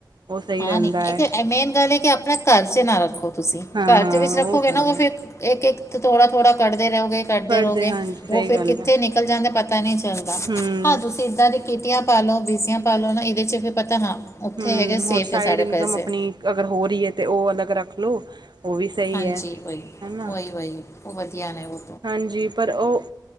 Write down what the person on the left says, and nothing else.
ਹਾਂ
ਨੀ,
ਇੱਕ ਮੇਨ ਗੱਲ ਹੈ ਕਿ ਆਪਣਾ ਘਰ ਚ ਨਾ ਰੱਖੋ ਤੁਸੀਂ,
ਘਰ ਦੇ ਵਿੱਚ ਰੱਖੋਗੇ
ਨਾ ਉਹ
ਫਿਰ ਇੱਕ, ਇੱਕ ਥੋੜ੍ਹਾ, ਥੋੜ੍ਹਾ ਕੱਢਦੇ ਰਹੋਗੇ ਕੱਢਦੇ
ਰਹੋਗੇ
ਉਹ ਫਿਰ
ਕਿੱਥੇ
ਨਿਕਲ ਜਾਂਦੇ ਪਤਾ ਨਹੀਂ ਚੱਲਦਾ।
ਹਾਂ ਤੁਸੀਂ ਪਦਾਂ ਦੇ ਕਿਟੀਆਂ ਪਾਲੋ ਬੀਸੀਆਂ ਪਾਲੋ ਇਹਦੇ ਚ ਵੀ ਪਤਾ ਹਾਂ ਉੱਥੇ
ਹੈਗੇ ਸੇਫ
ਹੈ ਸਾਡੇ
ਪੈਸੇ
ਹਾਂਜੀ
ਵਹੀ
ਉਹੀ ਵਹੀ ਵਧੀਆ ਨੇ ਉਹ